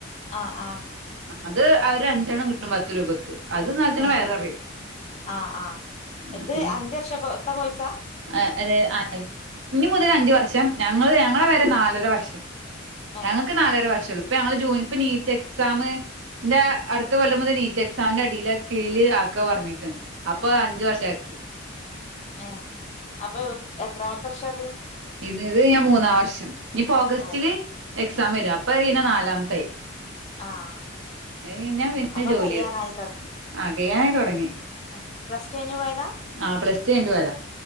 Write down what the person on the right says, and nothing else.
അത് ഒരഞ്ചെണ്ണം കിട്ടും പത്ത് രൂപക്ക് അത് തിന്നാൽതന്നെ
വയറ് നറയും
ആ
പിന്നെ
ആ ഒരു അ ഇഞ്ഞി മുതൽ അഞ്ച് വർഷം ഞങ്ങള് ഞങ്ങളെ വരെ നാലര വർഷം ഞങ്ങൾക്ക്
നാലര വർഷംള്ളൂ ഇപ്പൊ ഞങ്ങള് ജൂ ഇപ്പ നീറ്റ് എക്സാമ് എന്റെ അടുത്ത കൊല്ലം മുതൽ നീറ്റ് എക്സാമിന്റെ അടിൽ കീഴിൽ ആക്കാന്ന് പറഞ്ഞിട്ട് അപ്പൊ അഞ്ച് വർഷാക്കി
ഇന്ന്ത് ഞാൻ മൂന്നാം വർഷം ഇനിപ്പോ ഓഗസ്റ്റില്
എക്സാം
വരും അപ്പൊ ഇനി നാലാമത്തായി
അയ്കഴിഞാ പിന്നെ
ജോല്യാവും
ആ കയാനായി തൊടങ്ങി
ആ പ്ലസ്ടു കഴിഞ്ഞിട്ട് പോയതാ